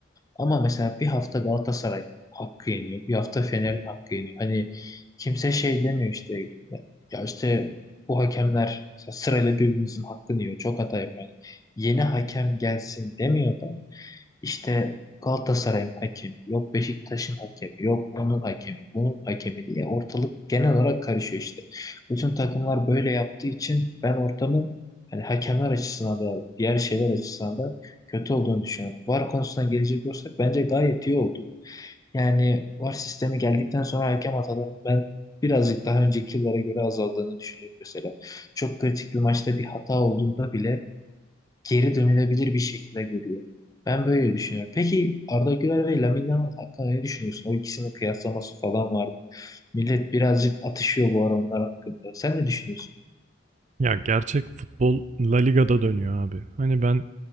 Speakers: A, on the left; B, on the right.
A: Ama mesela bir hafta Galatasaray hakkı yeniyor. Bir hafta Fener'in hakkı yeniyor. Hani kimse şey demiyor işte ya, ya işte bu hakemler mesela sırayla birbirimizin hakkını yiyor. Çok hata yapıyor. Yani yeni hakem gelsin demiyor da işte Galatasaray'ın hakemi, yok Beşiktaş'ın hakemi, yok onun hakemi, bunun hakemi diye ortalık genel olarak karışıyor işte. Bütün takımlar böyle yaptığı için ben ortamın hani hakemler açısından da diğer şeyler açısından da kötü olduğunu düşünüyorum. VAR konusuna gelecek olursak bence gayet iyi oldu. Yani VAR sistemi geldikten sonra hakem hatalarının ben birazcık daha önceki yıllara göre azaldığını düşünüyorum mesela. Çok kritik bir maçta bir hata olduğunda bile geri dönülebilir bir şekilde geliyor. Ben böyle düşünüyorum. Peki Arda Güler ve Lamine Yamal hakkında ne düşünüyorsun? O ikisinin kıyaslaması falan vardı. Millet birazcık atışıyor bu ara onlar hakkında. Sen ne düşünüyorsun?
B: Ya gerçek futbol La Liga'da dönüyor abi. Hani ben